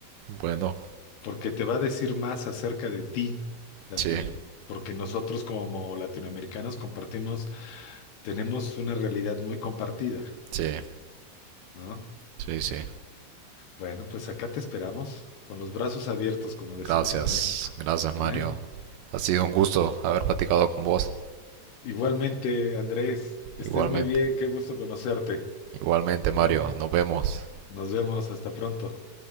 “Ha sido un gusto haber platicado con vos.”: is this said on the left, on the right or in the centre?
Right